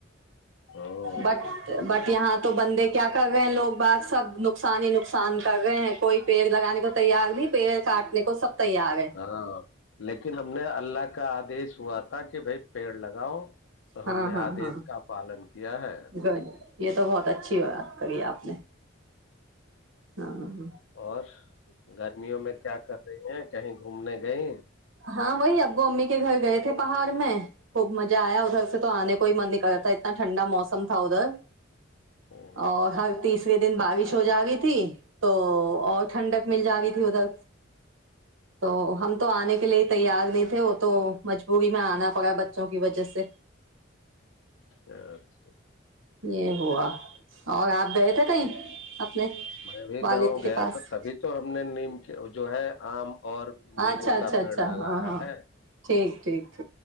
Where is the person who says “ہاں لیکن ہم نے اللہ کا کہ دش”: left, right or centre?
Left